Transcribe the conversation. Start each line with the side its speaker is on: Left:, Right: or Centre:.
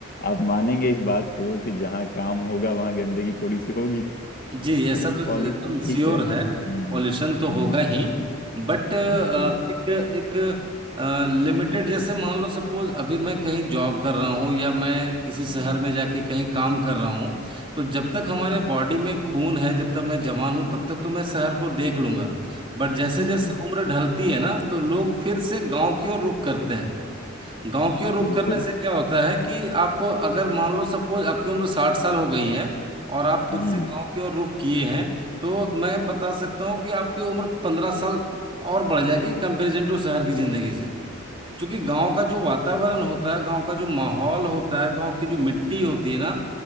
Left: आप मानेंगे इस बात को कि जहाँ काम होगा वहाँ गंदगी थोड़ी सी होगी
Right: जी ऐसा
Left: तो
Right: तो
Left: पॉल्यूशन
Right: एकदम
Left: ठीक
Right: श्योर
Left: है हम्म
Right: है पॉल्यूशन तो होगा
Left: हम्म
Right: ही बट एक
Left: बिल्कुल बिल्कुल
Right: एक लिमिटेड जैसे मान लो सपोज अभी मैं कहीं जॉब कर रहा हूँ या मैं किसी शहर
Left: हम्म
Right: में जाके कहीं काम कर रहा हूँ तो जब तक हमारे
Left: हम्म
Right: बॉडी में खून है जब तक मैं जवान हूँ तब तक तो मैं शहर को देख लूंगा बट जैसे
Left: हम्म,
Right: जैसे उम्र ढलती है ना तो लोग फिर से गांव की ओर रुख करते हैं गांव की ओर रुख
Left: बिल्कुल
Right: करने से क्या होता है कि आप अगर मान लो सपोज आपकी उम्र साठ साल हो गई है और आप फिर
Left: हम्म
Right: से गांव की ओर रुख किए हैं तो मैं बता सकता हूँ कि आपकी उम्र पंद्रह साल और बढ़ जाएगी कंपेरिजन टू शहर की जिंदगी से क्योंकि गांव का जो वातावरण होता है गांव का जो माहौल होता है गांव की जो मिट्टी होती है ना